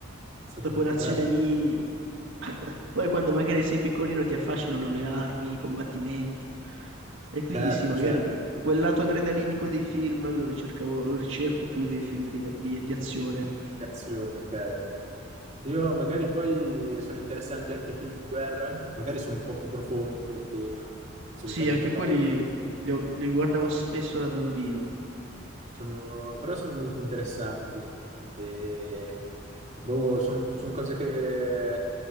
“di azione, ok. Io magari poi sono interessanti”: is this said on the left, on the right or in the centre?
Right